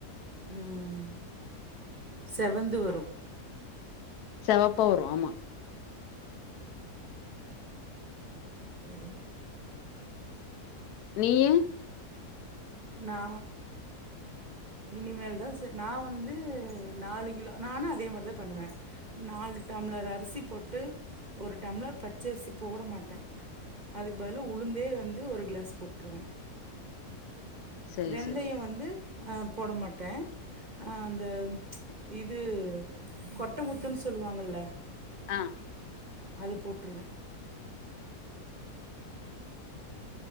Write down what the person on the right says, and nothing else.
உம் செவந்து வரும்
செரி
நா இனிமேல்தான் நா வந்து நாலு கிலோ நானும் அதே மாரிதான் பண்ணுவேன் நாலு டம்ளர் அரிசி போட்டு ஒரு டம்ளர் பச்ச அரிசி போட மாட்டேன் அதுக்கு பதில உளுந்தே வந்து ஒரு கிளாஸ் போட்ருவேன்
வெந்தயம்
வந்து அஹ போட மாட்டேன் அஹ அந்த இது கொட்டமுத்துனு சொல்வாங்கல்ல
அது போட்ருவேன்